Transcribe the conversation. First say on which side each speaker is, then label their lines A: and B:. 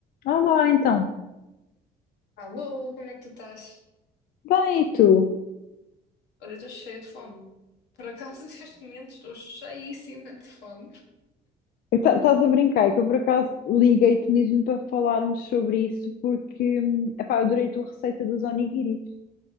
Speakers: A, on the left; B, on the left.
A: Olá, então.
B: Alô, como é que tu estás?
A: Bem, e tu?
B: Olha, eu estou cheia de fome. Por acaso, <laughs> neste momento, estou cheíssima de fome.
A: Estás a brincar que eu, por acaso, liguei-te mesmo para falarmos sobre isso porque, hum, epá, eu adorei a tua receita dos onigiris.